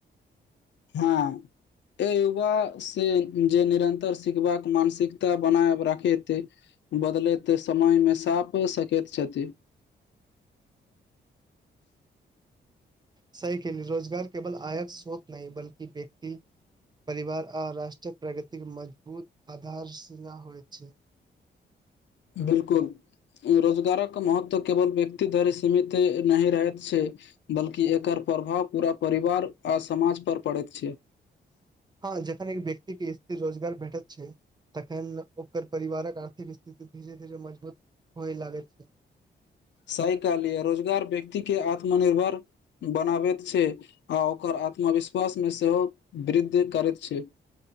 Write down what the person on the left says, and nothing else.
हँ। ए युवा से जे निरंतर सिखबाक मानसिकता बनायब राखेते बदलैत समयमे साप सकैत छथि।
बिलकुल रोजगारक महत्व केवल व्यक्ति धरि सीमित नहि रहैत छै। बल्कि एकर प्रभाव पूरा परिवार, आ समाज पर पड़ैत छै।
सही कहलि य रोजगार व्यक्ति के आत्मनिर्भर बनाबैत छै, आ ओकर आत्मविश्वास मे सेहो वृद्धि करैत छै।